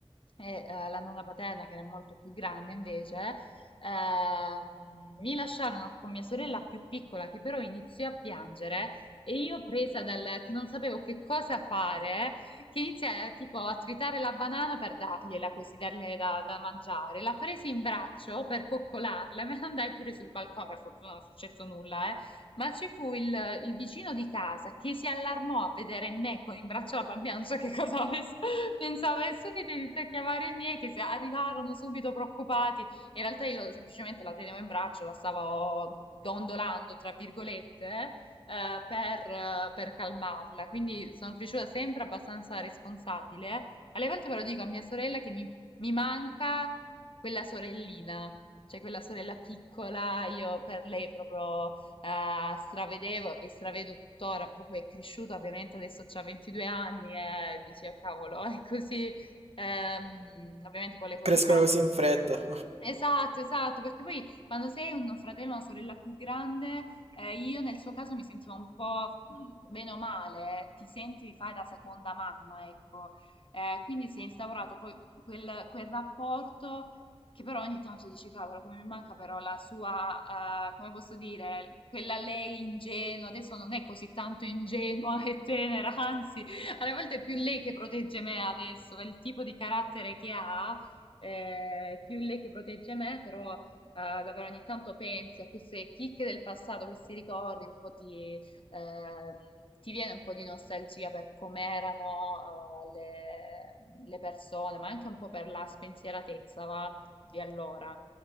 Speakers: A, on the left; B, on the right.
A: e eh, la nonna paterna, che era molto più grande invece, ehm, mi lasciarono con mia sorella più piccola, che però iniziò a piangere. E io presa dal che non sapevo che cosa fare, che iniziai a, tipo a tritare la banana per dargliela così, darle da, da mangiare. La presi in braccio per coccolarla, <laughs> me ne andai pure sul balcone, per fortuna non è successo nulla, eh. Ma ci fu il, il vicino di casa che si allarmò a vedere me con in braccio la bambina, non so che cosa avesse Pensavo e subito inizia a chiamare i miei che se arrivarono subito preoccupati. In realtà io semplicemente la tenevo in braccio, la stavo dondolando, tra virgolette, eh, per, eh, per calmarla. Quindi sono cresciuta sempre abbastanza responsabile. Alle volte però dico a mia sorella che mi, mi manca quella sorellina, cioè quella sorella piccola, io per lei proprio eh, stravedevo e stravedo tuttora, proprio è cresciuta, ovviamente adesso c'ha 22 anni e dici, "Ah, cavolo, <laughs> è così. Ehm, ovviamente poi le cose
B: crescono
A: cambiano,
B: così in fretta.
A: Esatto, esatto, perché poi quando sei un fratello o una sorella più grande, eh, io nel suo caso mi sentivo un po' mh, bene o male, eh, ti senti di fare da seconda mamma, ecco. Eh, quindi si è instaurato poi quel, quel rapporto che però ogni tanto dici, cavolo, come mi manca però la sua, eh, come posso dire, quella lei ingenua, adesso non è così tanto ingenua <laughs> e tenera, anzi, alle volte è più lei che protegge me adesso, per il tipo di carattere che ha eh, più lei che protegge me, però eh, davvero ogni tanto pensi a queste chicche del passato, questi ricordi, un po' ti, ehm, ti viene un po' di nostalgia per com'erano eh, le, le persone, ma anche un po' per la spensieratezza, va, di allora.